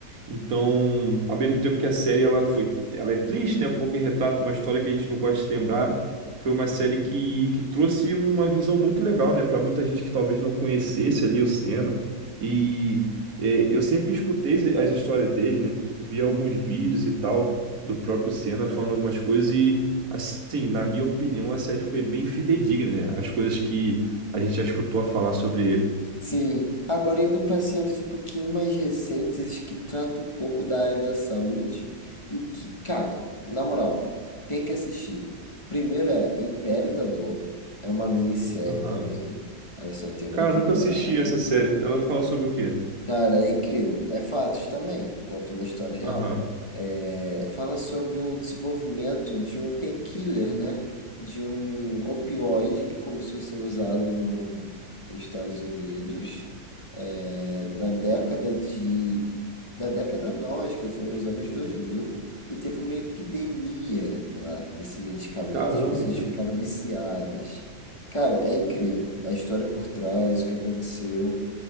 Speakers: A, on the right; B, on the left.
A: Então, ao mesmo tempo que a série ela foi, ela é triste, né, porque retrata uma história que a gente não gosta de lembrar, foi uma série que, que trouxe uma visão muito legal, né, para muita gente que talvez não conhecesse ali o Senna. E é, eu sempre escutei as as histórias dele, né, vi alguns vídeos e tal do próprio Senna falando algumas coisas e assim, na minha opinião, a série foi bem fidedigna, né, as coisas que a gente já escutou a falar sobre ele.
B: Sim, agora indo para séries um pouquinho mais recentes que tratam um pouco da área da saúde e que, cara, na moral, tem que assistir. Primeiro é Império da Dor, é uma minissérie
A: Aham.
B: também, ela só tem uma
A: Cara,
B: temporada.
A: eu nunca assisti essa série. Ela fala sobre o quê?
B: Cara, é incrível. É fatos também. Conta uma história real.
A: Aham.
B: É, fala sobre o desenvolvimento de um painkiller, né? De um opioide que começou a ser usado no, nos Estados Unidos é, na década de... Na década não, acho que foi nos anos dois mil E teve uma epidemia lá desse medicamento.
A: Caramba,
B: As pessoas
A: cara.
B: ficaram viciadas. Cara, é incrível. A história por trás, o que aconteceu.